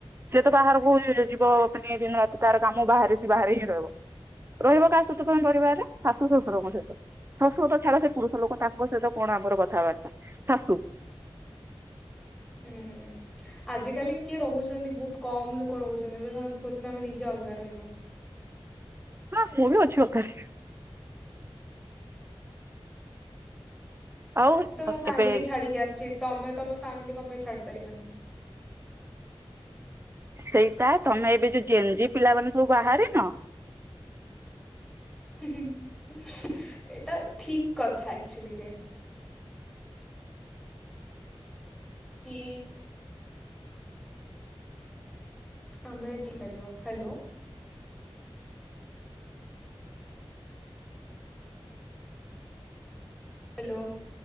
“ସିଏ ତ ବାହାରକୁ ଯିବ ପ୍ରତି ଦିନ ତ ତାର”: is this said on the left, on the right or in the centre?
Right